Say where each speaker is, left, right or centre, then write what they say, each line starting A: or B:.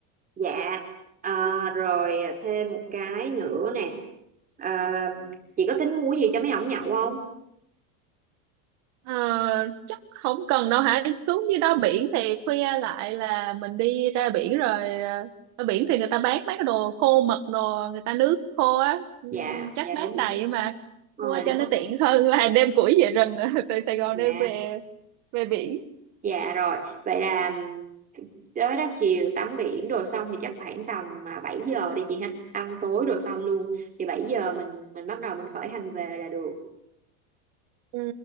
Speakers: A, on the right; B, on the right.
A: dạ Ờ, rồi thêm một cái nữa nè Ờ, chị có tính mua gì cho mấy ổng nhậu không
B: Ờ, chắc không cần đâu hả xuống dưới đó biển thì khuya lại là mình đi ra biển rồi ờ, ở biển thì người ta bán mấy cái đồ khô mật đồ người ta nước khô á Ừm,
A: dạ
B: chắc
A: dạ
B: bán
A: đúng
B: đầy mà
A: rồi
B: mua
A: rồi đúng
B: cho nó
A: rồi
B: tiện hơn là <laughs> đem củi về rừng <laughs> từ Sài Gòn
A: dạ
B: đem về về biển
A: Dạ rồi, vậy là ừm, tới đó chiều tắm biển đồ xong thì chắc khoảng tầm à, 7 giờ đi chị ha, ăn tối đồ xong luôn. Thì 7 giờ mình mình bắt đầu mình khởi hành về là được.
B: Ừ,